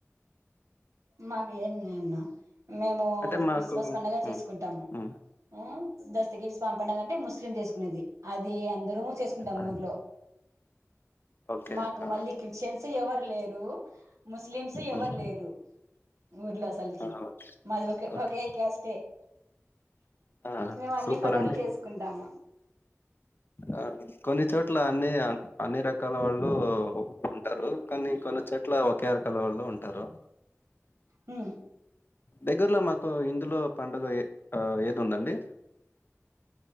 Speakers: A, on the right; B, on the left.
A: మాకు ఏం లే అన్న మేమూ
B: అంటే మాకు
A: క్రిస్మస్ పండగ చేస్కుంటాము
B: హ్మ్ హ్మ్.
A: మ్మ్ దస్తగిరి స్వామ్ పండగ అంటే ముస్లిం చేసుకునేది అది అందరము చేస్ దాని
B: ఆ!
A: ఊర్లో
B: ఓకే.
A: మాకు
B: ఆ!
A: మళ్ళి క్రిస్టిన్స్ ఎవర్ లేరు స్లిమ్స్
B: హ్మ్.
A: ఎవర్ లేరు ఊర్లో అసల్కి
B: ఆ! ఓకే.
A: మాది ఒక
B: ఓకే.
A: ఒకే క్యాస్టే
B: ఆ!
A: మేమ్ అన్ని
B: సూపర్
A: పండగలు చేస్కుంటాము
B: అ కొన్ని చోట్ల అన్ని అన్ అన్ని రకాల వాళ్ళు ఉ టరు కానీ కొన్ని చోట్ల ఒకే రకాల వాళ్ళు ఉంటారు
A: ఉ
B: దగ్గర్లో మాకూ ఇందులో పండగ ఎ అ ఏది ఉందండి